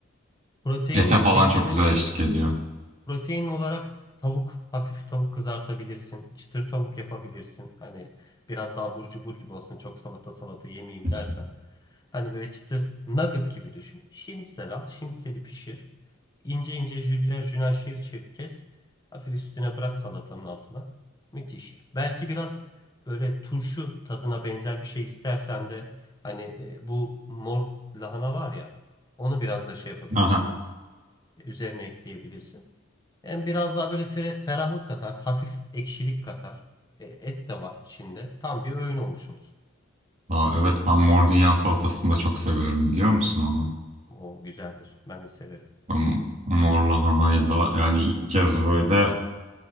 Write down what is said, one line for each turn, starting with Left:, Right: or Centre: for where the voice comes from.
Left: Protein
Right: Ete falan
Left: eklemeni
Right: çok güzel eşlik ediyor.
Left: Protein olarak tavuk, hafif tavuk kızartabilirsin. Çıtır tavuk yapabilirsin. Hani biraz daha burcu cubur gibi olsun. Çok salata salata yemeyeyim
Right: <laughs>
Left: dersen. Hani böyle çıtır nugget gibi düşün. Şinitsel al. Şinitseli pişir. İnce ince jülyen jülyen şerit şerit kes. Hafif üstüne bırak salatanın altına. Müthiş. Belki biraz böyle turşu tadına benzer bir şey istersen de hani e, bu mor lahana var ya onu biraz da şey yapabilirsin.
Right: Hı hı.
Left: Üzerine ekleyebilirsin. Hem biraz daha böyle fere- ferahlık katar, hafif ekşilik katar. E, et de var içinde. Tam bir öğün olmuş olur.
Right: Aa, evet ben mor dünya salatasını da çok seviyorum biliyor musun onu?
Left: O güzeldir. Ben de severim.
Right: Ben Mor lahanayla yani ilk kez böyle